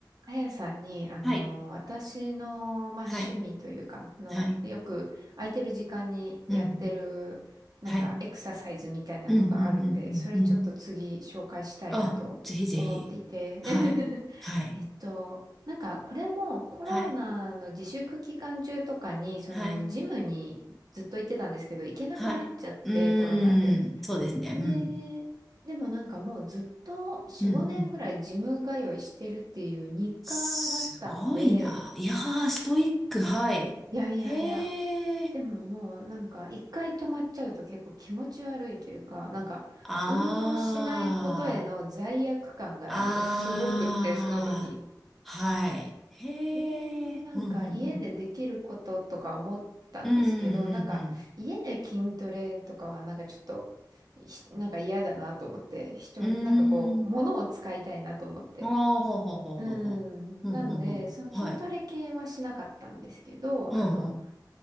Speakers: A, on the right; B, in the centre.
A: あやさんに、あの、
B: はい。
A: 私の、まあ、
B: はい。
A: 趣味というか、の、
B: はい。
A: よく空いてる時間にやってる、
B: うん。
A: なんか、
B: はい。
A: エクササイズみたいなのがあるんで、
B: うん、うん、うん、
A: それちょっと次紹介したいなと思っていて。
B: うん。うんあ、ぜひぜひ。はい。
A: <laughs>
B: はい。
A: えっと、なんか、これもコロナの自粛期間中とかに、
B: はい。
A: その、
B: はい。
A: ジムにずっと行ってたんですけど、行けなくなっちゃって、
B: はい。うーん。
A: コロナで。
B: そうですね。
A: で、
B: うん。
A: でもなんかもうずっと4、
B: うん、
A: 5年ぐらいジム通いしてるっていう日課だったんで、
B: うん。すごいな。いやー、ストイック。はい。
A: いやいやいや、
B: へー。
A: でももうなんか一回止まっちゃうと結構気持ち悪いというか、なんか運動しないことへの罪悪感が私すごくって、
B: あー。あー。
A: その時。
B: はい。へー。
A: ねえ、なんか家でできることとか思ったんですけど、
B: うん、うん、うん。うん、うん、
A: なんか家で筋トレとかはなんかちょっと、ひなんか嫌だなと思って、一人、
B: うん、うん。
A: なんかこう、物を使いたいなと思って。
B: うーんああ、ほうほうほうほうほう。
A: うん。なんで、
B: うんうんうん。
A: その筋トレ系はしなかったんですけど、
B: はい。うんうん。
A: あの、